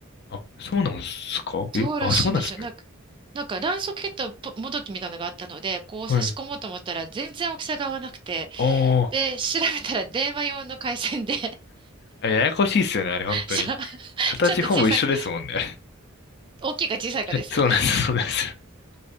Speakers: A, on the left (about 50°); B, on the right (about 25°).
A: あ、そうなんすかえあ、
B: そうらしいんですよ。
A: そうなんですね。
B: なんか、なんか、ランソケットもどきみたいなのがあったので、こう差し込もうと思ったら、
A: はい。
B: 全然大きさが合わなくて、
A: ああ、
B: で、調べたら電話用の回線で
A: あれややこしいっすよね、あれ、
B: <laughs>、
A: 本当に。
B: そう、
A: 形ほぼ一緒ですもんね、
B: ちょっと小さく、
A: あ
B: 大きいか小さいかですよね。
A: れ <laughs> そうなんです、そうなんですよ。